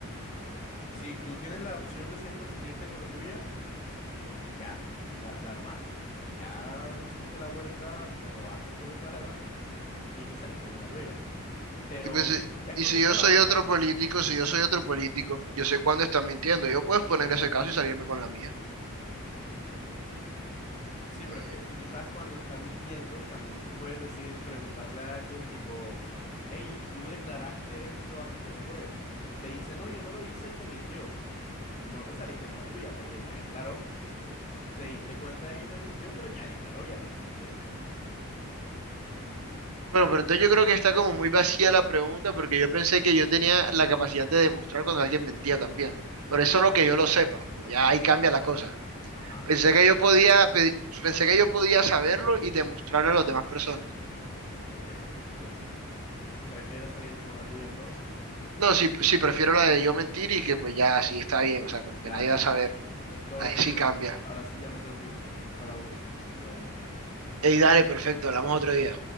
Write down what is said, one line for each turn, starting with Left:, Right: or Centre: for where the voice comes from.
Left: Si tú tienes la opción de siempre salirte con la tuya, ya, la, la armaste. Ya hiciste la vuelta, te robaste el poco <laughs> plata y te saliste con la tuya. Pero
Right: Y, pues, eh,
Left: escogiendo
Right: y si yo
Left: la
Right: soy
Left: otra,
Right: otro político, si yo soy otro político, yo sé cuándo están mintiendo. Yo puedo exponer ese caso y salirme con la mía.
Left: sí, pero
Right: Mm,
Left: es que si tú sabes cuando te están mintiendo, también tú puedes decir, preguntarle a alguien tipo, hey, tú declaraste esto ante el juez. Él te dice, no, yo no lo hice y te mintió. No te saliste con la tuya porque ya declaró, te diste cuenta de que te mintió, pero ya declaró, ya perdiste.
Right: Bueno, pero entonces yo creo que está como muy vacía la pregunta porque yo pensé que yo tenía la capacidad de demostrar cuando alguien mentía también. Por eso lo que yo lo sepa, Bueno, ya ahí cambia la cosa.
Left: Ajá,
Right: Pensé
Left: entonces,
Right: que yo podía pedir- pensé que yo podía saberlo y demostrarlo a las demás personas.
Left: ok, ok, entonces... ¿Prefieres salirte con la tuya entonces?
Right: No, sí, sí, prefiero la de yo mentir y que pues ya sí está bien, o sea, como
Left: Dale,
Right: que nadie
Left: dale.
Right: va a saber.
Left: Pues, Todo
Right: Ahí
Left: bien,
Right: sí
Left: Julio.
Right: cambia.
Left: Ahora sí ya me tengo que ir, tengo que ir para la U, entonces todo bien, dale.
Right: Ey, dale, perfecto, hablamos otro día.